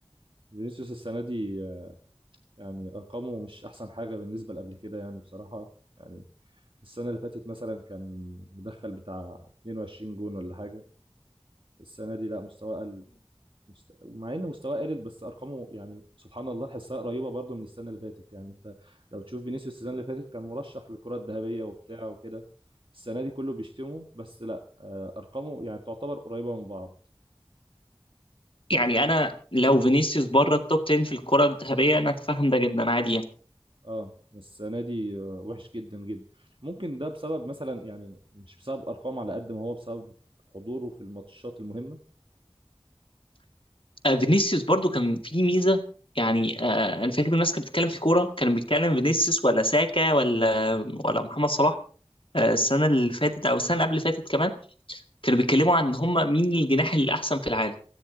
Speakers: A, on the right (about 60°); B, on the left (about 60°).
A: فينيسيوس السنه دي آه، يعني ارقامه مش احسن حاجه بالنسبه لقبل كده يعني بصراحه يعني السنة اللي فاتت مثلا كان مدخل بتاع 22 جون ولا حاجة السنة دي لا مستواه قل مست... مع ان مستواه قلل بس ارقامه يعني سبحان الله حسها قريبة برضو من السنة اللي فاتت يعني انت لو تشوف فينيسيوس السنة اللي فاتت كان مرشح للكرة الذهبية وبتاع وكده السنة دي كله بيشتمه بس لا آه، ارقامه يعني تعتبر قريبة من بعض
B: يعني انا لو فينيسيوس بره التوب 10 في الكره الذهبيه انا اتفهم ده جدا عادي يعني
A: اه السنة دي آه، وحش جدا جدا ممكن ده بسبب مثلا يعني مش بسبب ارقام على قد ما هو بسبب حضوره في الماتشات المهمة
B: آه، فينيسيوس برضو كان في ميزه يعني آه، انا فاكر الناس كانت بتتكلم في كوره كان بيتكلم فينيسيوس ولا ساكا ولا ولا محمد صلاح آه، السنه اللي فاتت او السنه قبل اللي فاتت كمان كانوا بيتكلموا عن هم مين الجناح الاحسن في العالم